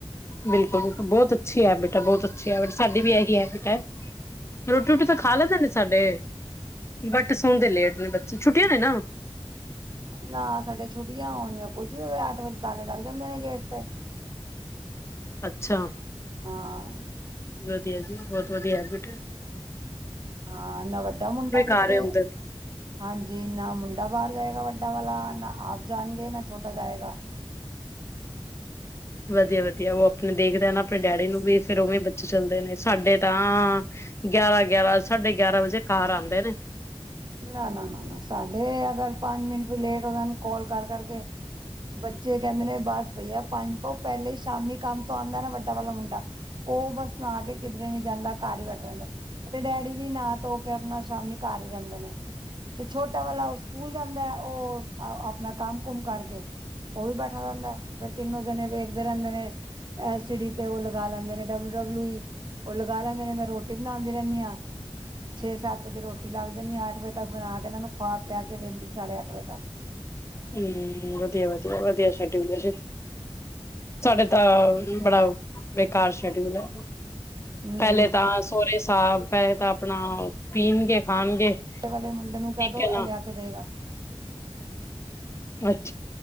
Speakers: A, on the left (about 25°); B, on the right (about 50°).
A: ਬਿਲਕੁਲ-ਬਿਲਕੁਲ ਬਹੁਤ ਅੱਛੀ ਬੇਟਾ ਬਹੁਤ ਅੱਛੀ ਆ ਬੇਟਾ, ਸਾਡੀ ਵੀ ਇਹੀ ਆ ਬੇਟਾ, ਰੋਟੀ ਰੁਟੀ ਤਾਂ ਖਾ ਲੈਂਦੇ ਨੇ ਸਾਡੇ ਬਟ ਸੌਂਦੇ ਲੇਟ ਆਪਣੇ ਬੱਚੇ ਛੁੱਟੀਆਂ ਨੇ ਨਾ
B: ਨਾ ਸਾਡੇ ਛੁੱਟੀਆਂ ਹੋਣੀਆਂ, ਕੁੱਝ ਵੀ ਹੋਵੇ, ਅੱਠ ਵਜੇ ਤਾਲੇ ਲਗ ਜਾਂਦੇ ਨੇ ਗੇਟ ਤੇ।
A: ਅੱਛਾ।
B: ਹਾਂ।
A: ਵਧੀਆ ਜੀ, ਬਹੁਤ ਵਧੀਆ ਬੇਟਾ
B: ਹਾਂ ਨਾ ਵੱਡਾ ਮੁੰਡਾ ਕਿਧਰੇ,
A: ਘਰ ਹੀ ਹੁੰਦੇ ਨੇ।
B: ਹਾਂਜੀ ਨਾ ਮੁੰਡਾ ਬਾਹਰ ਜਾਏਗਾ ਵੱਡਾ ਵੱਡੇ ਵਾਲਾ ਨਾ ਆਪ ਜਾਣਗੇ, ਨਾ ਛੋਟਾ ਜਾਏਗਾ।
A: ਵਧੀਆ-ਵਧੀਆ, ਉਹ ਆਪਣੇ ਦੇਖਦੇ ਨਾ ਆਪਣੇ ਡੈਡੀ ਨੂੰ ਵੀ, ਫੇਰ ਉਵੇਂ ਬੱਚੇ ਚੱਲਦੇ ਨੇ, ਸਾਡੇ ਤਾਂ ਗਿਆਰਾਂ-ਗਿਆਰਾਂ ਸਾਢੇ ਗਿਆਰਾਂ ਵਜੇ ਘਰ ਆਦੇ ਨੇ।
B: ਨਾ-ਨਾ-ਨਾ-ਨਾ, ਸਾਡੇ ਅਗਰ ਪੰਜ ਮਿੰਟ ਵੀ ਲੇਟ ਹੋ ਜਾਣ ਕੋਲ ਕਰ ਕਰਕੇ, ਬੱਚੇ ਕਹਿੰਦੇ ਨੇ ਬਸ ਬਈਆ, ਪੰਜ ਉਹ ਪਹਿਲੇ ਹੀ ਸ਼ਾਮੀ ਕੰਮ ਤੋਂ ਆਦਾ ਨਾ ਵੱਡਾ ਵਾਲਾ ਮੁੰਡਾ, ਉਹ ਬਸ ਨਹਾ ਕੇ ਕਿਧਰੇ ਨੀ ਜਾਂਦਾ, ਘਰ ਹੀ ਬੈਠਾ ਰਹਿੰਦਾ ਤੇ ਡੈਡੀ ਵੀ ਨਾ ਧੋ ਕੇ ਆਪਣਾ ਸ਼ਾਮੀ ਘਰ ਹੀ ਤੇ ਛੋਟਾ ਵਾਲਾ ਉਹ ਸਕੂਲ ਜਾਂਦਾ ਏ, ਉਹ ਆਪਣਾ ਕੰਮ ਕੁਮ ਕਰਕੇ ਉਹ ਵੀ ਬੈਠਾ ਰਹਿੰਦਾ, ਫੇਰ ਤਿੰਨੋ ਜਣੇ ਵੇਖਦੇ ਰਹਿੰਦੇ ਨੇ, ਐਲ ਸੀ ਡੀ ਤੇ ਉਹ ਲਗਾ ਲੈਂਦੇ ਨੇ, ਡਬਲਊ-ਡਬਲਊ ਈ ਉਹ ਲਗਾ ਲੈਂਦੇ ਨੇ, ਮੈਂ ਰੋਟੀ ਬਣਾਦੀ ਰਹਿੰਦੀ ਆ, ਛੇ ਸੱਤ ਵਜੇ ਰੋਟੀ ਲਾ ਲਗਾ ਦਿਨੀ, ਅੱਠ ਵਜੇ ਤੱਕ ਬਣਾ ਕੇ ਇਹਨਾਂ ਨੂੰ ਖੁਆ ਪਿਆ ਕੇ ਵਿਹਲੀ, ਸਾਢੇ ਅੱਠ ਵਜੇ ਤੱਕ।
A: ਹੂੰ, ਵਧੀਆ-ਵਧੀਆ, ਵਧੀਆ ਸ਼ਡਿਊਲ ਐ, ਸਾਡੇ ਤਾਂ ਬੜਾ ਬੇਕਾਰ ਸ਼ਡਿਊਲ ਆ।
B: ਨਹੀਂ
A: ਪਹਿਲੇ
B: ਨਹੀਂ
A: ਤਾਂ ਸਹੁਰੇ ਸਾਬ ਪਹਿਲੇ ਤਾਂ ਆਪਣਾ ਪੀਣਗੇ, ਖਾਣਗੇ
B: ਵੱਡੇ ਵਾਲੇ ਮੁੰਡੇ ਨੂੰ ਕਹਿ
A: ਠੀਕ
B: ਦੋ,
A: ਹੈ
B: ਇਹ
A: ਨਾ
B: ਲਿਆ ਕੇ ਦੇਵੇਗਾ।
A: ਅੱਛਾ।